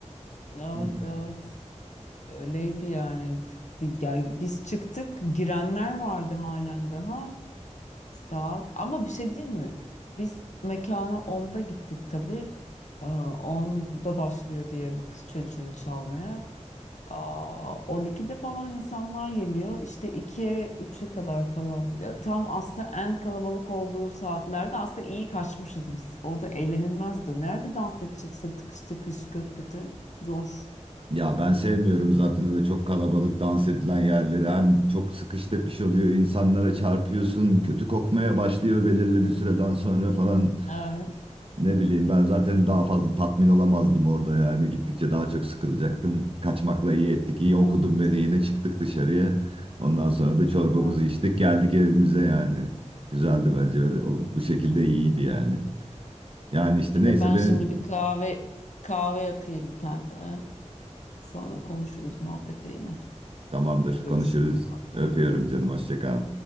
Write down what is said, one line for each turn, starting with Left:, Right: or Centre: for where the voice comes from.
Left: evet
Right: Yani.
Left: evet öyleydi yani. Bir, gel- biz çıktık girenler vardı halen daha. Saat ama bir şey değil mi? Biz mekana onda gittik tabii. Ee, 10'da başlıyor diye bu kız çocuğu çalmaya. Aa, 12'de falan insanlar geliyor. İşte ikiye, 3'e kadar falan. Ya, tam aslında en kalabalık olduğu saatlerde aslında iyi kaçmışız biz. Orada eğlenilmezdi. Nerede dans edeceksin tıkış tıkış göt göte? Zor.
Right: Ya ben sevmiyorum zaten öyle çok kalabalık dans edilen yerleri. Hem çok sıkış tepiş oluyor, insanlara çarpıyorsun, kötü kokmaya başlıyor belirli bir süreden sonra falan.
Left: Evet.
Right: Ne bileyim ben zaten daha fazla tatmin olamazdım orada yani. Gittikçe daha çok sıkılacaktım. Kaçmakla iyi ettik, iyi
Left: Evet.
Right: okudun beni yine çıktık dışarıya. Ondan sonra da çorbamızı
Left: Evet.
Right: içtik, geldik evimize yani. Güzeldi bence öyle. O, bu şekilde iyiydi yani. Yani işte
Left: Ya
Right: neyse
Left: da ben
Right: benim...
Left: şimdi bir kahve kahve yapayım kendime. Sonra konuşuruz muhabbet yine.
Right: Tamamdır,
Left: Görüşürüz
Right: konuşuruz.
Left: o zaman.
Right: Öpüyorum canım, hoşça kal.